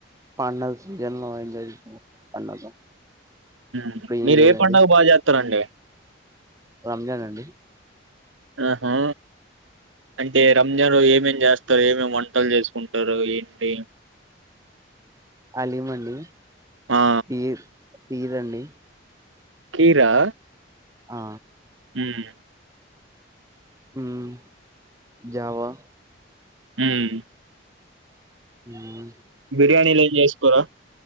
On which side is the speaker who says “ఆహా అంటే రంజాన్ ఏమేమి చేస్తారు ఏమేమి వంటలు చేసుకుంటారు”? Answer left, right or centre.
Right